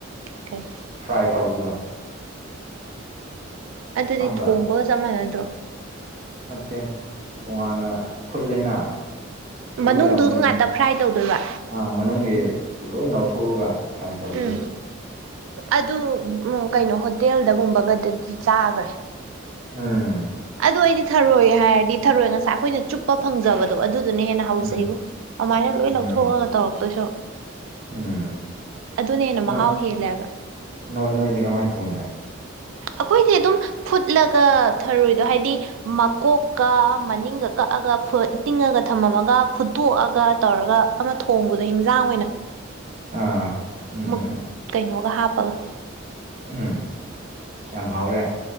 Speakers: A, on the right; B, on the right.
A: ꯀꯩ
B: ꯐ꯭ꯔꯥꯏ ꯇꯧꯕꯗꯣ
A: ꯑꯗꯨꯗꯤ
B: ꯈꯪꯕ꯭ꯔꯥ
A: ꯊꯣꯡꯕꯒ ꯆꯞ ꯃꯥꯟꯅꯗ꯭ꯔꯣ
B: ꯅꯠꯇꯦ ꯇꯣꯉꯥꯟꯅ ꯐꯨꯠꯂꯦꯅꯥ ꯐꯨꯠꯂꯒ
A: ꯃꯅꯨꯡꯗꯨ
B: ꯃꯨꯟ
A: ꯉꯥꯛꯇ ꯐ꯭ꯔꯥꯏ ꯇꯧꯗꯣꯏꯕ
B: ꯑꯥ ꯃꯅꯨꯡꯒꯤ ꯂꯣꯏ ꯂꯧꯊꯣꯛꯑꯒ ꯐ꯭ꯔꯥꯏ ꯇꯧꯗꯣꯏꯕ
A: ꯎꯝ ꯑꯗꯨ ꯎꯝ ꯀꯩꯅꯣ ꯍꯣꯇꯦꯜꯗꯒꯨꯝꯕꯒꯗꯗꯤ ꯆꯥꯒ꯭ꯔꯦ
B: ꯎꯝ
A: ꯑꯩꯈꯣꯢꯗꯤ ꯊꯔꯣꯏ ꯍꯥꯏꯔꯗꯤ ꯊꯔꯣꯏ ꯉꯁꯥꯏ ꯑꯈꯣꯏꯅ ꯆꯨꯞꯄ ꯐꯪꯖꯕꯗꯣ ꯑꯗꯨꯗꯨꯅ ꯍꯦꯟꯅ ꯍꯥꯎꯖꯩꯕꯣ
B: ꯎꯝ
A: ꯑꯃꯥꯏꯅ ꯂꯣꯏ
B: ꯎꯝ
A: ꯂꯧꯊꯣꯛꯑꯒ ꯇꯧꯔꯛꯇꯣꯏ ꯁꯔꯨꯛ
B: ꯎꯝ
A: ꯑꯗꯨꯅ ꯍꯦꯟꯅ
B: ꯅꯣꯏ
A: ꯃꯍꯥꯎ ꯍꯦꯜꯂꯦ ꯍꯥꯏꯕ
B: ꯅꯣꯏ ꯅꯣꯏꯗꯤ ꯀꯃꯥꯏ ꯊꯣꯡꯒꯦ
A: ꯑꯈꯣꯏꯗꯤ ꯑꯗꯨꯝ ꯐꯨꯠꯂꯒ ꯊꯔꯣꯏꯗꯣ ꯍꯥꯏꯗꯤ ꯃꯀꯣꯛꯀ ꯃꯅꯤꯡꯒ ꯀꯛꯑꯒ ꯐꯨꯠ ꯇꯤꯡꯉꯒ ꯊꯝꯃꯝꯃꯒ ꯐꯨꯠꯇꯣꯛꯑꯒ ꯇꯧꯔꯒ ꯑꯃ ꯊꯣꯡꯕꯗꯣ ꯍꯦꯟꯖꯥꯡ ꯑꯣꯏꯅ
B: ꯑꯥ ꯎꯝ
A: ꯃꯨꯛ
B: ꯎꯝ ꯎꯝ
A: ꯀꯩꯅꯣꯒ ꯍꯥꯞꯄꯒ
B: ꯎꯝ ꯌꯥꯝ ꯍꯥꯎꯔꯦ